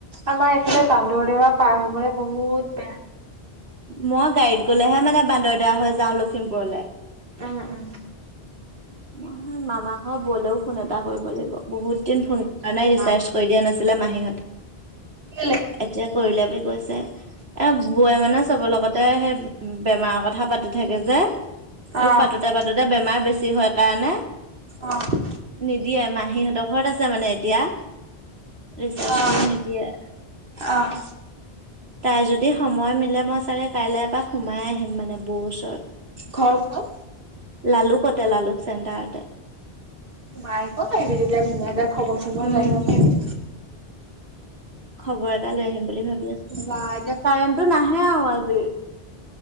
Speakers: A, on the right; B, on the right.
A: আমাৰ এইফালে বান্দৰদেৱা পাৰ হবলৈ বহুত বেয়া
B: মই গাড়ীত গলেহে মানে বান্দৰদৰা হৈ যাওঁ লখিমপুৰলৈ
A: উম - উম।
B: মই মামা ঘৰ বলেও ফোন এটা কৰিব লাগিব বহুত দিন ফোন কৰা নাই
A: উম
B: ৰিচাৰ্জ কৰি দিয়া নাছিলে মাহী
A: কেলে
B: এতিয়া কৰিলে বুলি কৈছে। এ বোৱাৰ মানে চবৰ লগতে সেই বেমাৰৰ কথা পাতি থাকে যে।
A: অহ
B: আৰু পাতোতে পাতোতে বেমাৰ বেছি হয় কাৰণে
A: অহ
B: নিদিয়ে মাহীহঁতৰ ঘৰত আছে মানে এতিয়া ৰিচাৰ্চ
A: অহ
B: কৰি নিদিয়ে।
A: অহ
B: তাই যদি সময় মিলে মই চাগে কাইলৈ এপাক সোমাই আহিম মানে বৌ ওচৰত।
A: ঘৰ ক'ত?
B: লালুকতে লালুক চেণ্টাৰতে।
A: ম সোমাই আগিব পাৰিবি তেতিয়া ধুনীয়াকে খবৰ চবৰ
B: উম
A: লৈ পাৰিবি
B: খবৰ এটা লৈ আহিম বুলি ভাবি
A: বা এতিয়া
B: কাৰেণ্টো নাহে আৰু আজি